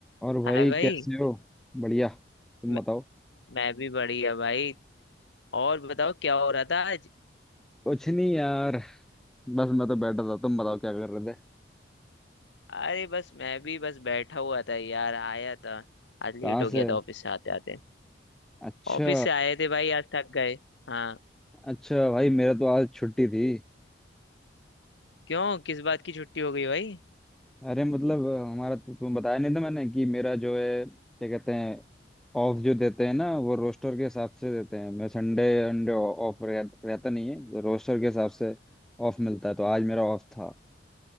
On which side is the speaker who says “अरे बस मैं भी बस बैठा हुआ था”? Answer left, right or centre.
Left